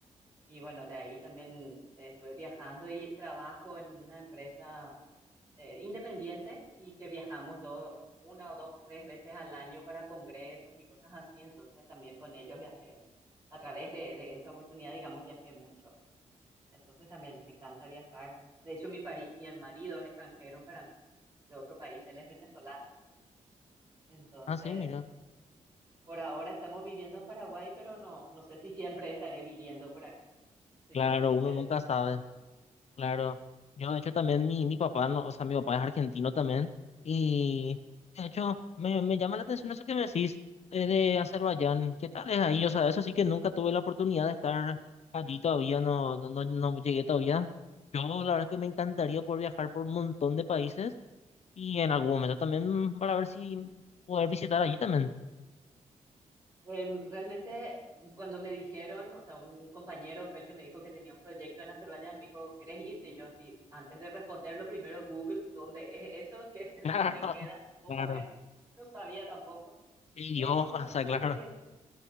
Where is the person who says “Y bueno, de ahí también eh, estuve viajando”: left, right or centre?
Right